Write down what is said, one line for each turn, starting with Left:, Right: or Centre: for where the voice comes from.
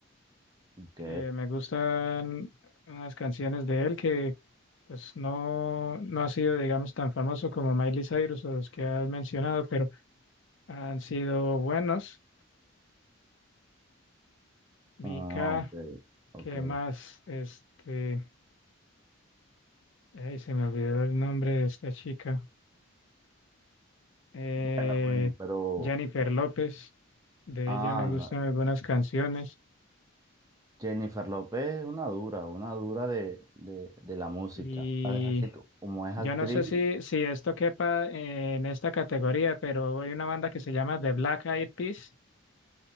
Right: Ok,
Left: que me gustan unas canciones de él que pues no, no ha sido, digamos, tan famoso como Miley Cyrus o los que has mencionado, pero han sido buenos. Mika,
Right: ah, ok, ok.
Left: ¿qué más? Este, ay, se me olvidó el nombre de esta chica. Eh,
Right: Bueno, bueno, pero...
Left: Jennifer López, de
Right: Ah,
Left: ella me
Right: no,
Left: gustan algunas canciones.
Right: Jennifer López es una dura, una dura de, de, de la música.
Left: Y
Right: Así co- como es
Left: Yo
Right: actriz,
Left: no sé si, si esto quepa en esta categoría, pero hay una banda que se llama The Black Eyed Peas.